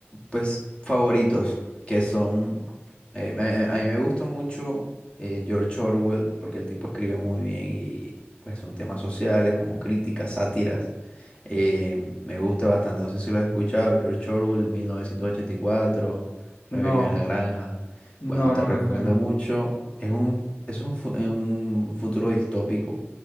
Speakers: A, on the left; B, on the left.
A: pues, favoritos que son... eh, me- a, a mí me gusta mucho eh, George Orwell porque el tipo escribe muy bien y pues son temas sociales como críticas, sátiras. Eh, me gusta bastante, no sé si lo has escuchado, George Orwell, 1984, Rebelión
B: No,
A: en la Granja.
B: no,
A: Bueno, te
B: no me
A: recomiendo
B: suena.
A: mucho. Es un, es un, fu- es un futuro distópico